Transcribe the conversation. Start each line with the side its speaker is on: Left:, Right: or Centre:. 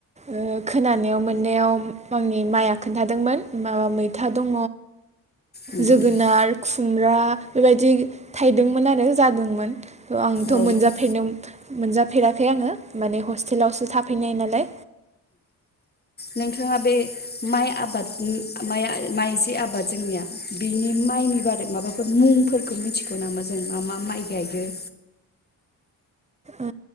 Right: ओ खोनानायाव मोननायाव आंनि माइआ खोन्थादोंमोन माबा मैथा दङ
Left: उम उम
Right: जोगोनार खुमब्रा बेबायदि थाइदोंमोन आरो जादोंमोन आंथ'
Left: औ उम
Right: मोनजाफेरनो मोनजाफेराखै आङो माने हस्टेलावसो थाफैनाय नालाय
Left: नोंथाङा बे माइ आबादनि माइ जि आबाद जोंनिया बिनि माइनि बारै माबाफोर मुंफोरखौ मिथिगौ नामा जों मा मा माइ गायो
Right: ओ